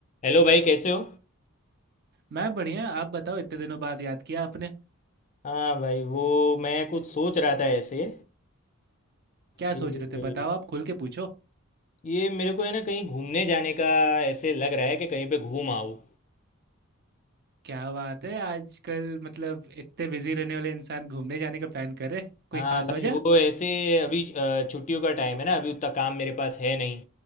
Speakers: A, on the left (about 35°); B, on the right (about 45°).
A: हेलो भाई कैसे हो
B: मैं बढ़िया आप बताओ इतने दिनों बाद याद किया आपने
A: हाँ भाई वो मैं कुछ सोच रहा था ऐसे
B: क्या सोच
A: ये
B: रहे थे बताओ आप खुल के पूछो
A: ये मेरे को है ना कहीं घूमने जाने का ऐसे लग रहा है कि कहीं पे घूम आऊँ
B: क्या बात है आजकल मतलब इतने बिजी रहने वाले इंसान घूमने जाने का प्लान करे कोई
A: हाँ
B: खास
A: भाई
B: वजह
A: वो ऐसे अभी अ, छुट्टियों का टाइम है ना अभी उतना काम मेरे पास है नहीं